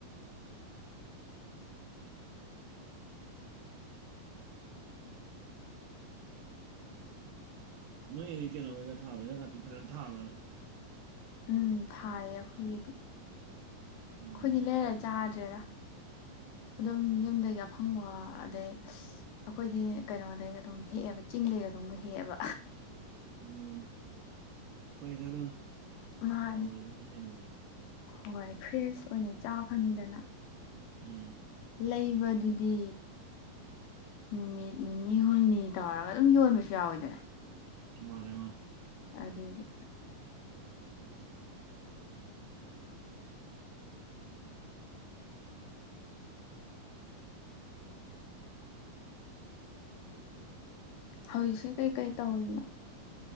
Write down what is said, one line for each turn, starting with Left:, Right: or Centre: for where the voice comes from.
Right: ꯅꯣꯏꯒꯤꯗꯤ ꯀꯩꯅꯣ ꯀꯩꯀ ꯊꯥꯕ꯭ꯔꯥ ꯍꯤꯟꯖꯥꯡ ꯅꯥꯄꯤ ꯐꯖꯅ ꯊꯥꯕ꯭ꯔꯥꯗꯨꯝ
Left: ꯎꯝ ꯊꯥꯏꯌꯦ ꯑꯩꯈꯣꯏꯒꯤꯗꯤ
Right: ꯎꯝ
Left: ꯑꯩꯈꯣꯏꯗꯤ ꯂꯩꯔꯒ ꯆꯥꯗ꯭ꯔꯦꯗ ꯑꯗꯨꯝ ꯌꯨꯝꯗꯒꯤ ꯑꯐꯪꯕ ꯑꯗꯩ ꯑꯩꯈꯣꯏꯗꯤ ꯀꯩꯅꯣꯗꯩꯒ ꯑꯗꯨꯝ ꯍꯦꯛꯑꯦꯕ ꯆꯤꯡꯗꯩꯒ ꯑꯗꯨꯝꯒ ꯍꯦꯛꯑꯦꯕ
Right: ꯎꯝ ꯐꯩꯗ ꯑꯗꯨꯅ
Left: ꯃꯥꯅꯦ
Right: ꯍꯥꯎꯕꯁꯨ ꯗꯨꯅ ꯍꯦꯜꯂꯤꯗꯅ
Left: ꯍꯣꯏ ꯐ꯭ꯔꯦꯁ ꯑꯣꯏꯅ ꯆꯥ ꯐꯪꯉꯤꯗꯅ
Right: ꯎꯝ
Left: ꯂꯩꯕꯗꯨꯗꯤ ꯅꯨꯃꯤꯠ ꯅꯤꯅꯤ ꯍꯨꯝꯅꯤ ꯇꯧꯔꯒ ꯑꯗꯨꯝ ꯌꯣꯟꯕꯁꯨ ꯌꯥꯎꯋꯤꯗꯅ
Right: ꯃꯥꯅꯦ-ꯃꯥꯅꯦ
Left: ꯑꯗꯨꯗ ꯍꯧꯖꯤꯛꯁꯦ ꯀꯩꯀꯩ ꯇꯧꯔꯤꯅꯣ